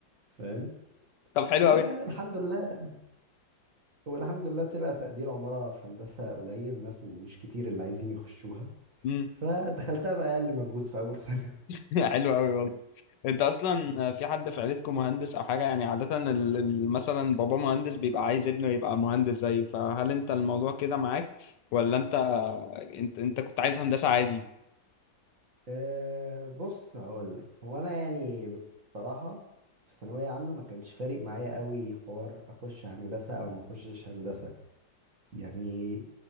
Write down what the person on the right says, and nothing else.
فاهم
والحمد
لله والحمد لله طلع تقدير عماره في هندسه قليل ناس مش كتير اللي عايزين يخشوها
فدخلتها بقى اقل مجهود في اول <laughs> سنه
أه بص هقول لك هو انا يعني بصراحه في ثانويه عامه ما كانش فارق معايا قوي حوار اخش هندسه او ما اخشش هندسه يعني